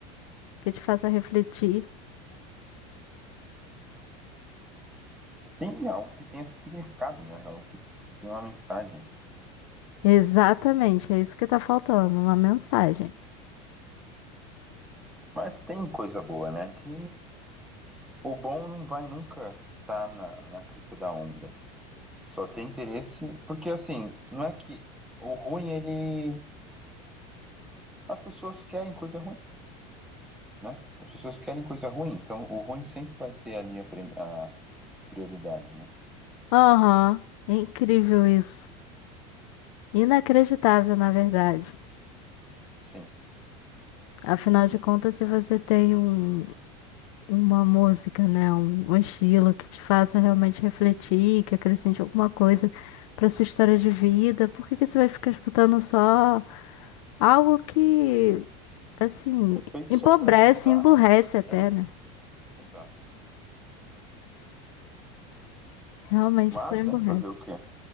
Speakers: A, on the left; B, in the centre.
A: que te faça refletir.
B: Sim, é algo que tenha significado, né? É Algo que, que tenha uma mensagem.
A: Exatamente, é isso que tá faltando, uma mensagem.
B: Mas tem coisa boa, né? Que O bom não vai nunca estar na, na crista da onda. Só tem interesse. Porque, assim, não é que o ruim, ele. As pessoas querem coisa ruim, né? As pessoas querem coisa ruim. Então, o ruim sempre vai ter ali a, prim- a prioridade, né?
A: Aham, é incrível isso. Inacreditável, na verdade.
B: Sim.
A: Afinal de contas, se você tem um, uma música, né, um, um estilo que te faça realmente refletir, que acrescente alguma coisa pra sua história de vida, por que que você vai ficar escutando só algo que, assim,
B: É feito
A: empobrece,
B: só pra agitar.
A: emburrece até,
B: É,
A: né?
B: exato.
A: Realmente
B: Mas,
A: só emburrece.
B: né? Fazer o quê?